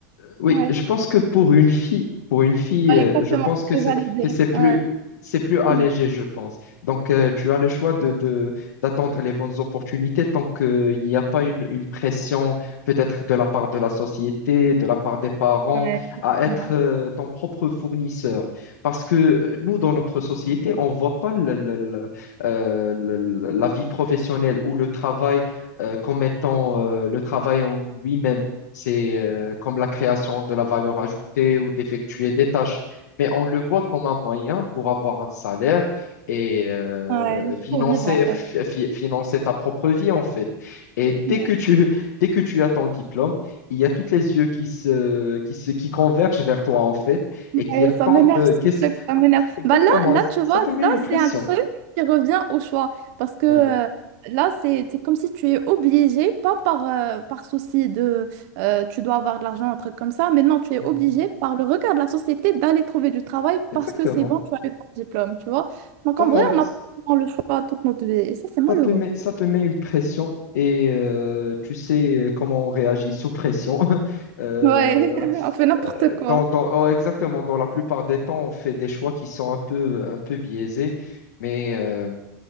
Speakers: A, on the left (about 80°); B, on the right (about 65°).
A: oui,
B: euh, ouais,
A: je pense que pour une fille, pour une fille,
B: Ouais,
A: euh,
B: exactement,
A: je pense
B: c'est
A: que
B: ce que
A: c'est
B: j'allais dire.
A: que c'est plus
B: Ouais,
A: c'est plus allégé,
B: ouais,
A: je pense. Donc euh, tu as le choix de de d'attendre les bonnes opportunités tant que euh, il n'y a pas une une pression peut-être de la part de la société, de la part des parents
B: ouais, exactement.
A: à être euh, ton propre fournisseur. Parce que euh, nous dans notre société, on voit pas le- le- le- euh, le- le- la vie professionnelle ou le travail euh, comme étant euh, le travail en lui-même. C'est euh, comme la création de la valeur ajoutée ou d'effectuer des tâches. Mais on le voit comme un moyen pour avoir un salaire et euh,
B: Ouais,
A: financer,
B: pour vivre en fait.
A: fi- fi- financer ta propre vie, en fait. Et dès
B: Ouais.
A: que tu, dès que tu as ton diplôme, il y a toutes les yeux qui se, qui se, qui convergent vers toi, en fait, et qui
B: Eh,
A: attendent.
B: ça m'énerve
A: euh,
B: ce
A: qu'est-ce-
B: truc, ça m'énerve.
A: Exactement,
B: Bah là, là, tu
A: ça
B: vois,
A: te met
B: ça,
A: une pression.
B: c'est un truc qui revient au choix. Parce que euh,
A: Ouais.
B: là, c'est, c'est comme si tu es obligé, pas par, euh, par souci de euh, tu dois avoir de l'argent, un truc comme ça, mais non, tu es obligé
A: Mm.
B: par le regard de la société d'aller trouver du travail
A: Exactement.
B: parce que c'est bon, tu as eu ton diplôme, tu vois. Donc
A: Pas...
B: en vrai, on n'a pas vraiment le choix toute notre vie. Et ça, c'est malheureux.
A: Ça te met, ça te met une pression et euh, tu sais euh, comment on réagit sous pression. <laughs> Euh,
B: Ouais, <laughs> on fait n'importe quoi.
A: dans, dans- oh, exactement, dans la plupart des temps, on fait des choix qui sont un peu, un peu biaisés, mais euh,